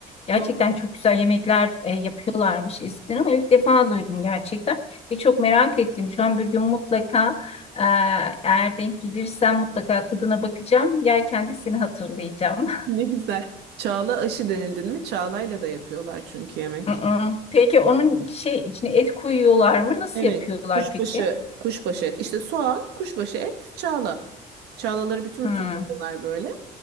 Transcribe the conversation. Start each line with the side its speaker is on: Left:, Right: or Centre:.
Left: Gerçekten
Right: Ha,
Left: çok güzel yemekler e, yapıyorlarmış eskiden ama ilk defa duydum gerçekten. Ve çok merak ettim. Şu an bir gün mutlaka e, eğer denk gelirsem mutlaka tadına bakacağım. Yerken de seni hatırlayacağım.
Right: Ne güzel. Çağla aşı denildin mi? Çağlayla da yapıyorlar çünkü
Left: <laughs>
Right: yemek.
Left: Hı-hı. Peki onun şey içine et koyuyorlar mı? Nasıl
Right: Evet.
Left: yapıyorlar
Right: Kuşbaşı,
Left: peki?
Right: kuşbaşı et. İşte soğan, kuşbaşı et, çağla. Çağlaları bütün
Left: Hmm.
Right: bütün koyuyorlar böyle.